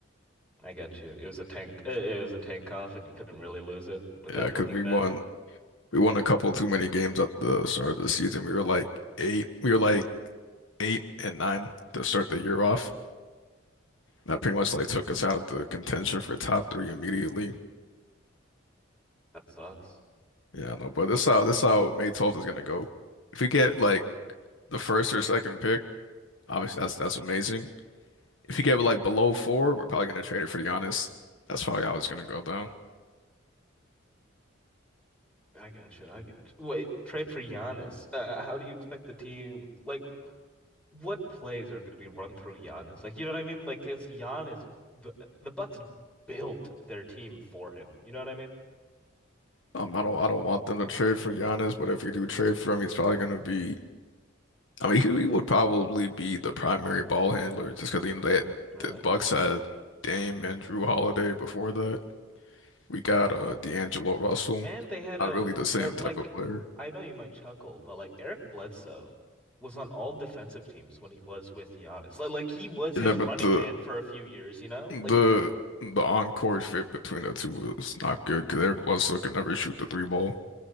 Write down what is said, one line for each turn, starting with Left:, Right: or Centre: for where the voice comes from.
Centre: I got you. It was a tank. uh, It was a tank off, and you couldn't really lose it without
Left: Yeah, because
Centre: looking
Left: we
Centre: bad.
Left: won we won a couple too many games at the start of the season. We were like eight we were like eight and nine to start the year off. That pretty much like took us out of the contention for top three immediately.
Centre: That sucks.
Left: Yeah, I know, but this how this how May 12th is gonna go. If we get
Centre: hmm
Left: like the first or second pick Obviously, that's that's amazing. If you get like below four, we're probably gonna trade it for Giannis. That's probably how it's gonna go down.
Centre: I got you. I got you. Wait, trade for Giannis. Uh, how do you expect the team? Like, what plays are going to be run through Giannis? Like, you know what I mean? Like, it's Giannis. The, the Bucks built their team for him. You know what I mean?
Left: Um, I don't I don't want them to trade for Giannis, but if you do trade for him, he's probably gonna be. I mean, he, he would probably be the primary ball handler just because you know, they had-
Centre: Really?
Left: the Bucks had Dame and Drew Holiday before that. We
Centre: Mhm.
Left: got uh D'Angelo Russell,
Centre: And they had
Left: not
Centre: a,
Left: really the same
Centre: a like
Left: type of player.
Centre: I know you might chuckle, but like Eric Bledsoe was on all defensive teams when he was with Giannis. Like like he was
Left: Yeah,
Centre: his
Left: but
Centre: running
Left: the
Centre: man for a few years, you know?
Left: the
Centre: Like
Left: the on-court fit between the two was not good because Eric Russell could never shoot the three ball.